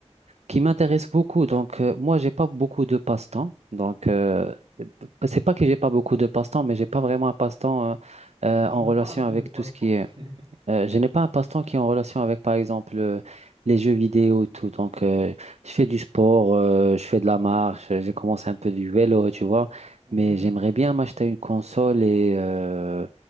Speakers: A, on the right; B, on the right.
A: qui m'intéresse beaucoup. Donc, euh, moi, j'ai pas beaucoup de passe-temps. Donc, euh, c'est pas que j'ai pas beaucoup de passe-temps, mais j'ai pas vraiment un passe-temps euh, euh,
B: Tu, tu
A: en
B: n'as
A: relation
B: pas assez
A: avec
B: de passe-temps.
A: tout ce qui est
B: <laughs>
A: euh, je n'ai pas un passe-temps qui est en relation avec, par exemple, euh, les jeux vidéo et tout. Donc, euh, je fais du sport, euh, je fais de la marche, euh, j'ai commencé un peu du vélo, tu vois.
B: Ok,
A: Mais j'aimerais bien m'acheter une console et, euh,